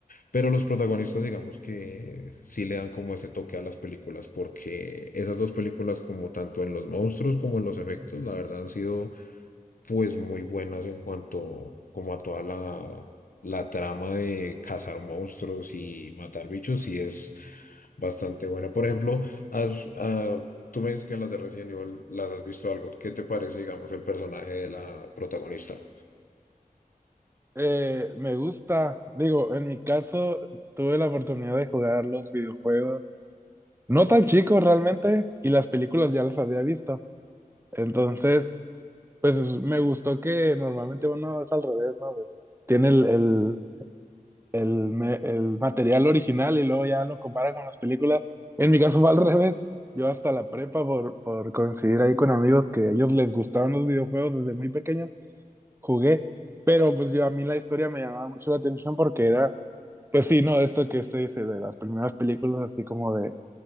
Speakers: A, on the left; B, on the right.
A: pero los protagonistas digamos que sí le dan como ese toque a las películas, porque esas dos películas como tanto en los monstruos como en los efectos, la verdad han sido pues muy buenas en cuanto como a toda la, la trama de cazar monstruos y matar bichos, sí es bastante buena. Por ejemplo, has- ah, tú me dices que en las de Resident Evil las has visto algo. ¿Qué te parece, digamos, el personaje de la protagonista?
B: Eh, me gusta. Digo, en mi caso tuve la oportunidad de jugar los videojuegos, no tan chicos realmente, y las películas ya las había visto. Entonces, pues me gustó que normalmente uno es al revés, ¿no? Pues tiene el, el, el, me- el material original y luego ya lo compara con las películas. En mi caso fue al <laughs> revés. Yo hasta la prepa, por, por coincidir ahí con amigos que a ellos les gustaban los videojuegos desde muy pequeños, jugué. Pero pues yo a mí la historia me llamaba mucho la atención porque era, pues sí, no, esto que usted dice de las primeras películas, así como de